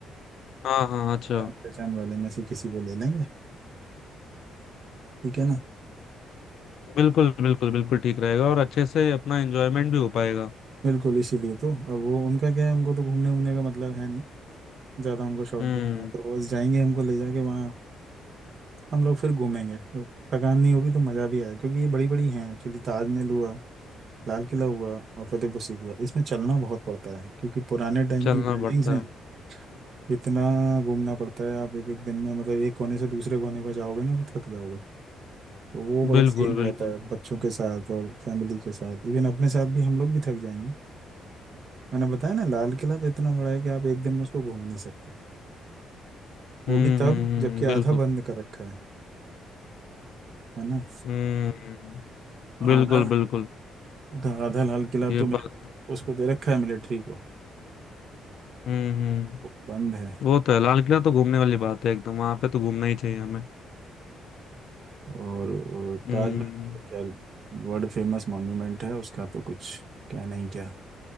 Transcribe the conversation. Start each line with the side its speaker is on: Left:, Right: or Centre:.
Left: हाँ हाँ अच्छा
Right: जान पहचान वाले में से किसी को ले लेंगे ठीक है ना
Left: बिल्कुल बिल्कुल बिल्कुल ठीक रहेगा और अच्छे से अपना एंजॉयमेंट भी हो पाएगा
Right: बिल्कुल इसीलिए तो अब वो उनका क्या है उनको तो घूमने घूमने का मतलब है नहीं ज़्यादा उनको शौक
Left: हम्म
Right: भी नहीं है तो वो बस जाएंगे हमको ले जाके वहाँ हम लोग फिर घूमेंगे तो थकान नहीं होगी तो मज़ा भी आएगा क्योंकि ये बड़ी बड़ी हैं एक्चुअली ताजमहल हुआ लाल किला हुआ और फतेहपुर सीकरी हुआ इसमें चलना बहुत पड़ता है क्योंकि पुराने टाइम
Left: चलना
Right: की बिल्डिंग्स
Left: पड़ता
Right: हैं
Left: है
Right: इतना घूमना पड़ता है आप एक एक दिन में मतलब एक कोने से दूसरे कोने पर जाओगे ना तो थक जाओगे तो वो बड़ा
Left: बिल्कुल
Right: सीन रहता
Left: बिल्कुल
Right: है बच्चों के साथ और फैमिली के साथ इवन अपने साथ भी हम लोग भी थक जाएंगे मैंने बताया ना लाल किला तो इतना बड़ा है कि आप एक दिन में उसको घूम नहीं सकते वो
Left: हम्म
Right: भी तब
Left: हम्म हम्म,
Right: जबकि आधा
Left: बिल्कुल
Right: बंद कर रखा है है ना
Left: हम्म बिल्कुल
Right: आधा
Left: बिल्कुल
Right: आधा आधा लाल किला
Left: ये
Right: तो मिल-
Left: बात
Right: उसको दे रखा है मिलिट्री को
Left: हम्म हम्म
Right: वो बंद है
Left: वो तो है लाल किला तो घूमने वाली बात है एकदम वहां पे तो घूमना ही चाहिए हमें
Right: और अ,
Left: हम्म
Right: ताजमहल तो खैर वर्ल्ड फेमस मॉन्यूमेंट है उसका तो कुछ कहना ही क्या